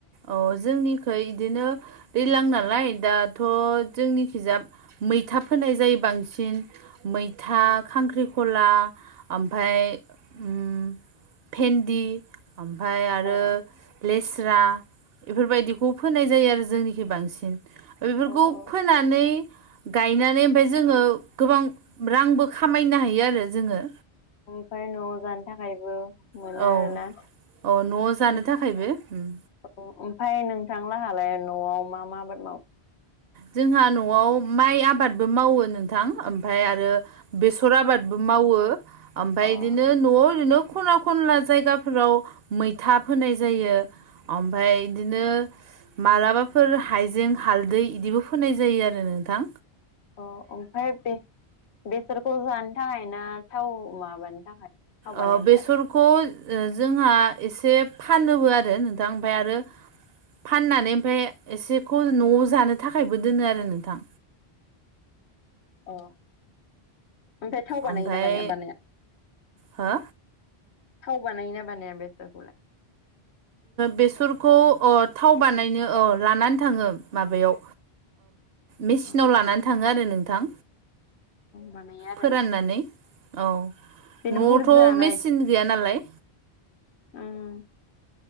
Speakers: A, on the right; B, on the left.
A: अ जोंनिखै बिदिनो दै्लां नालाय दाथ' जोंनि खिजाब मैथा फोनाय जायो बांसिन मैथा
B: नामा
A: खांख्रिखला ओमफाय ओम भेन्दि ओमफ्राय आरो
B: अ औ
A: लेस्रा बेफोरबायदिखौ फोनाय जायो आरो जोंनिखि बांसिन बेफोरखौ
B: औ
A: फोनानै गायनानै ओमफाय जोङो गोबां रांबो खामायनो हायो आरो जोङो
B: मफ्राय न'आव जानो थाखायबो मोनो
A: औ
B: आरोना
A: औ न'आव जानो
B: औ
A: थाखायबो उम
B: ओमफ्राय नोंथांलाहालाय न'आव मा मा आबाद माव
A: जोंहा न'आव माइ आबादबो मावो नोंथां ओमफ्राय आरो बेसर आबादबो मावो ओमफ्राय
B: अ
A: बिदिनो न'आव ओरैनो खना खनला जायगाफोराव मैथा फोनाय जायो ओमफ्राय बिदिनो मालाबाफोर हायजें हालदै बिदिबो फोनाय जायो आरो नोंथां
B: अ ओमफ्राय बे बेसरखौ जानो थाखाय ना थाव माबानो थाखाय थाव बानायनो
A: ओ बेसरखौ
B: थाखाय
A: जोंहा एसे फानोबो आरो नोंथां ओमफ्राय आरो फाननानै ओमफ्राय एसेखौ न'आव जानो थाखायबो दोनो आरो नोंथां
B: अ ओमफ्राय थाव बानायोना
A: ओमफ्राय
B: बानाया बानाया
A: हो
B: थाव बानायो ना बानाया बेसरखौलाय
A: बेसरखौ अ थाव बानायनो अ लानानै थाङो माबायाव मेचिनाव
B: अ
A: लानानै थाङो आरो नोंथां
B: बानायो आरोना
A: फोराननानै औ
B: बिदिनो
A: न'आवथ'
B: बुरजाना
A: मेचिन गैया नालाय
B: ओम